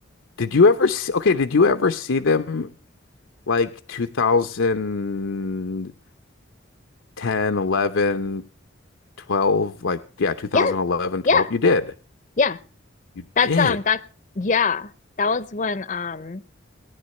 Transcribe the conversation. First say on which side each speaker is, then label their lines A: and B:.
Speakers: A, on the left; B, on the left.
A: Did you ever see, okay, did you ever see them like two thousand ten, eleven, twelve? Like, yeah, two thousand
B: Yeah,
A: eleven, twelve.
B: yeah,
A: You did.
B: yeah.
A: You
B: That's
A: did.
B: um that yeah. That was when um